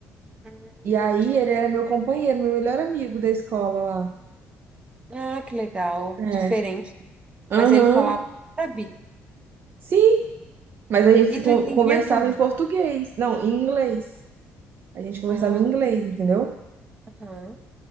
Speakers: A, on the right; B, on the right.
A: Hum,
B: E
A: entendi.
B: aí ele era meu companheiro, meu melhor amigo da escola lá.
A: Ah, que legal.
B: É.
A: Diferente.
B: Aham.
A: Mas ele falava árabe.
B: Sim, mas a gente
A: E
B: se con-
A: tu entendia
B: conversava
A: tudo.
B: em português. Não, em inglês. A gente conversava
A: Ah,
B: em inglês, entendeu?
A: aham.